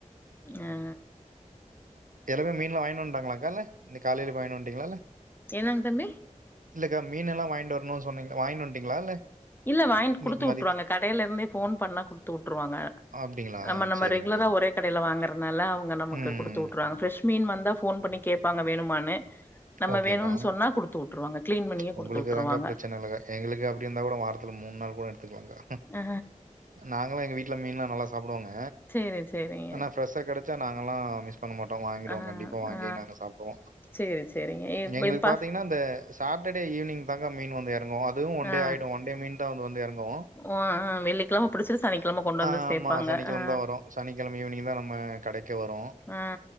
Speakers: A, on the left; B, on the right.
A: அ
B: எல்லாமே மீன்லா வாங்கினு வண்டாங்களாகா இல்ல இன்னைக்கு காலையில போயி வாங்கிட்டு வண்டீங்களால
A: என்னங்க தம்பி
B: இல்லக்கா மீனெல்லா வாங்கிட்டு வரணுனு சொன்னீங்க வாங்கிட்டு வன்ட்டீங்களா இல்ல
A: இல்ல வாங்கிட்டு
B: இன்னைக்கு
A: குடுத்து வுட்ருவாங்க
B: மதியத்து
A: கடையில இருந்தே ஃபோன் பண்ணா குடுத்து வுட்ருவாங்க
B: அப்படிங்களா
A: நம்ம நம்ம
B: சரிங்கக்கா
A: ரெகுலரா ஒரே கடையில வாங்கறனால அவுங்க நமக்கு
B: ம்
A: குடுத்து வுட்றாங்க ஃப்ரெஷ் மீன் வந்தா ஃபோன் பண்ணி கேப்பாங்க வேணுமானு நம்ம
B: ஓகேக்கா
A: வேணுனு சொன்னா குடுத்து வுட்ருவாங்க கிளீன் பண்ணியே
B: உங்களுக்கு
A: குடுத்து வுட்ருவாங்க
B: தாங்க பிரச்சனை இல்லைக்கா எங்களுக்கு அப்டி இருந்தா கூட வாரத்துல மூணு நாள் கூட எடுத்துக்கலாங்க்கா
A: ஆ
B: நாங்களா எங்க வீட்ல மீன்லா நல்லா சாப்பிடுவோங்க
A: சேரி சேரிங்க
B: ஆனா ஃப்ரெஷ்ஷா கெடைச்சா நாங்கள்லா மிஸ் பண்ண மாட்டோ வாங்கிடுவோ
A: ஆ
B: கண்டிப்பா வாங்கி
A: ஆ
B: நாங்க சாப்டுவோ
A: சேரி சேரிங்க இப்ப
B: எங்களுக்கு
A: இது பாஸ்
B: பாத்தீங்கன்னா இந்த சாட்டடே ஈவ்னிங் தாங்கா மீன் வந்து எறங்கு அ து ஒன்
A: ஆ
B: டே ஆயிடு ஒன்டே மீன் தா வந்து வந்து எறங்கு
A: ஓ ஆ வெள்ளிக்கிழம புடிச்சிட்டு சனிக்கிழம கொண்டு வந்து
B: ஆ
A: சேப்பாங்க
B: ஆமா சனிக்கெழம
A: ஆ
B: தா வரு சனிக்கெழமை ஈவ்னிங் தா நம்ம கடைக்கே வரு
A: ஆ